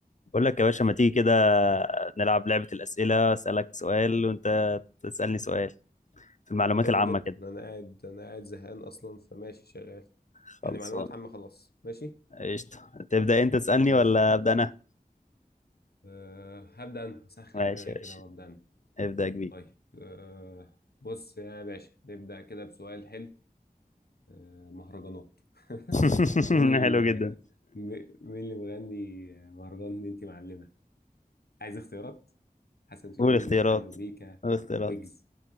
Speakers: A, on the left (about 50°); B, on the left (about 80°).
A: بقول لك يا باشا ما تيجي كده نلعب لعبة الأسئلة أسألك سؤال وأنت تسألني سؤال في المعلومات
B: حلو
A: العامة
B: جدا
A: كده
B: انا قاعد انا قاعد زهقان اصلا فماشي شغال
A: خلصان
B: يعني معلومات عامة خلاص ماشي
A: قشطة تبدأ أنت تسألني
B: طيب
A: ولا أبدأ أنا؟
B: أه هبدأ انا اسخن
A: ماشي
B: دماغي
A: يا
B: كده
A: باشا
B: وابدأ انا
A: ابدأ يا كبير
B: طيب أه بص يا باشا نبدأ كده بسؤال حلو أه مهرجانات <laughs>
A: <laughs>
B: مين ال
A: حلو جدا
B: م- مين اللي مغني مهرجان اللي انت معلمة عايز اختيارات حسن شاكوش
A: قول اختيارات
B: حمو بيكا
A: قول اختيارات
B: ويجز